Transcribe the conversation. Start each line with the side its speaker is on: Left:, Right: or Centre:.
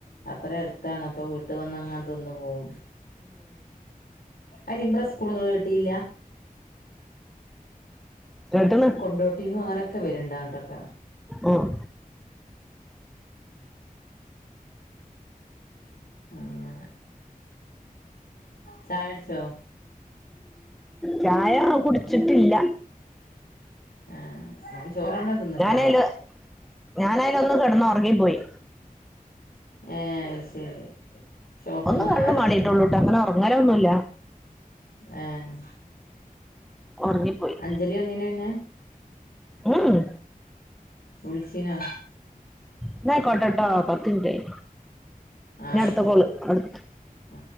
Left: അത്രയും അടുത്താണ് അപ്പൊ വീട്ടിൽ വന്നങ്ങനെ തിന്നു പോവും അരിമ്പ്ര സ്കൂളിങ്ങള് കേട്ടില്ലാ
Centre: കേട്ടണ്
Left: കൊണ്ടോട്ടീന്നും അങ്ങനെയൊക്കെ വര്ണ്ട് അങ്ങട്ടൊക്ക
Centre: ഉം
Left: അങ്ങനെ ചായട്ച്ചോ
Centre: ചായ കുടിച്ചിട്ടില്ല
Left: ആഹ് ഞാൻ ചോറന്നെ തിന്നിട്ടില്ല
Centre: ഞാനയ്ല് ഞാനയ്ന് ഒന്ന് കിടന്ന് ഉറങ്ങിപ്പോയി
Left: എഹ് അഹ് ശരി ഷോപ്പ്ന്ന്
Centre: ഒന്ന്
Left: വന്നാരെ
Centre: കണ്ണു മാളീട്ട് ഉള്ളൂട്ടോ അങ്ങനെ ഒറങ്ങൽ ഒന്നുല്ല
Left: ഏഹ്
Centre: ഉറങ്ങിപ്പോയി
Left: അഞ്ജലി വന്നിന്യോ പിന്നെ
Centre: ഉം
Left: വിളിച്ചിനോ
Centre: ഇന്ന ആയിക്കോട്ടട്ടൊ പത്തുമിനിറ്റ് ആയി
Left: ആഹ്
Centre: ഇഞ
Left: ആയിക്കോട്ടെ
Centre: ട്ത്ത കോള് അടു
Left: ആഹ്